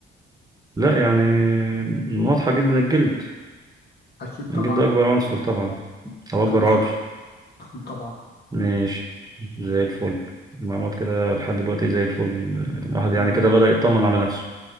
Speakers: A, on the right; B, on the left.
A: لا يعني واضحه جدا الجلد
B: أكيد
A: الجلد
B: طبعا
A: اكبر عنصر طبعا او
B: تمام
A: اكبر عضو
B: طبعا
A: ماشي زي الفل المعلومات كده لحد دلوقتي زي الفل الواحد
B: تمام
A: يعني كده بدأ يطمن على نفسه